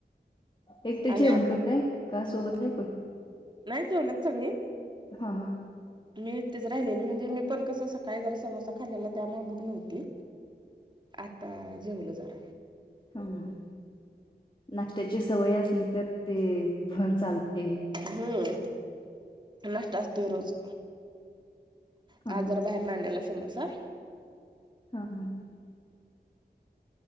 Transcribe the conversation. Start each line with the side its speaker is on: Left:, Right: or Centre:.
Left: एकटेच
Right: आणि
Left: जेवण
Right: आता
Left: करताय, का सोबत हाय कोण?
Right: नाय जेवल्यात सगळी.
Left: हा हा.
Right: मी एकटीच राहिलेले. म्हणजे मीपण कसं सकाळी जरा समोसा खालेला, त्यामुळे भुक नव्हती. आता जेवलो जरा.
Left: हं हं, नाश्त्याची सवय असली, तर ते चालते.
Right: हम्म नाश्ता असतोय रोज.
Left: हा
Right: आज
Left: हा
Right: जरा बाहेर नाड्याला समोसा
Left: हा हा